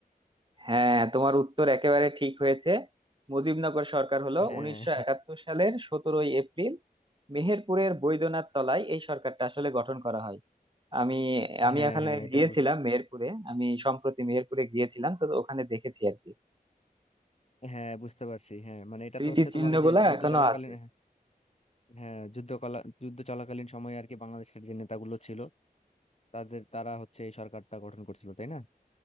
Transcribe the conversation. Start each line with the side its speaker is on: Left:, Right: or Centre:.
Right: হ্যাঁ তোমার উত্তর একেবারে ঠিক হয়েছে মুজিবনগর সরকার হলো
Left: হ্যাঁ
Right: উনিশশো একাত্তর সালের সতেরোই এপ্রিল মেহেরপুরের বৈদ্যনাথ তলায় এই সরকারটা আসলে গঠন করা হয় আমি আমি
Left: হ্যাঁ
Right: এখানে
Left: হ্যাঁ এটা
Right: গিয়েছিলাম
Left: বুঝ-
Right: মেহেরপুরে আমি সম্প্রতি মেহেরপুরে গিয়েছিলাম তো ওখানে দেখেছি আর কি
Left: হ্যাঁ বুঝতে পারছি হ্যাঁ মানে এটা
Right: স্মৃতি
Left: তো হচ্ছে
Right: চিহ্ন
Left: তোমার ওই
Right: গুলা
Left: যে যুদ্ধ
Right: এখনো
Left: চলাকালীন
Right: আছে
Left: হ্যাঁ হ্যাঁ, যুদ্ধ কলা যুদ্ধ চলাকালীন সময়ে আর কি বাংলাদেশের যে নেতাগুলো ছিল তাদের তারা হচ্ছে এই সরকারটা গঠন করছিল তাই না